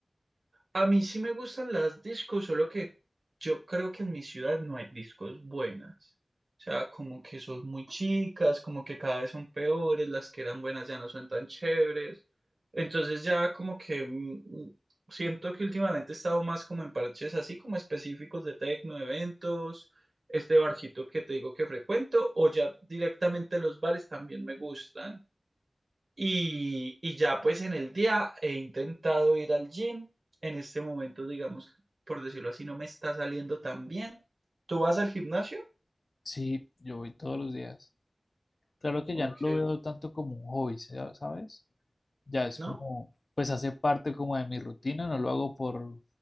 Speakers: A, on the right (about 70°); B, on the left (about 65°).
A: A mí sí me gustan las discos, solo que yo creo que en mi ciudad no hay discos buenas. O sea, como que son muy chicas, como que cada vez son peores, las que eran buenas ya no son tan chéveres. Entonces ya como que mm, siento que últimamente he estado más como en parches así como específicos de tecno, de eventos, este barcito que te digo que frecuento, o ya directamente los bares también me gustan. Y, y ya pues en el día he intentado ir al gym. En este momento, digamos, por decirlo así, no me está saliendo tan bien. ¿Tú vas al gimnasio?
B: Sí, yo voy todos los días. Claro que
A: ¿O
B: ya no
A: qué?
B: lo veo tanto como un hobby, ¿sa- ¿sabes? Ya es
A: ¿No?
B: como, pues hace parte como de mi rutina, no lo hago por,